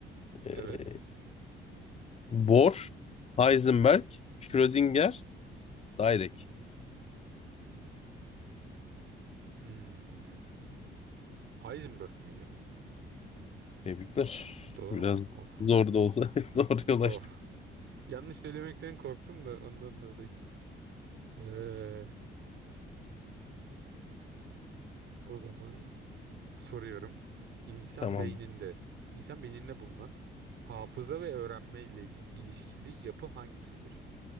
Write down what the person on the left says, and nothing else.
Ee,
Bohr, Heisenberg, Schrödinger, Dirac.
Tebrikler.
Biraz
zor da olsa <laughs> doğru yol
açtık.
Tamam.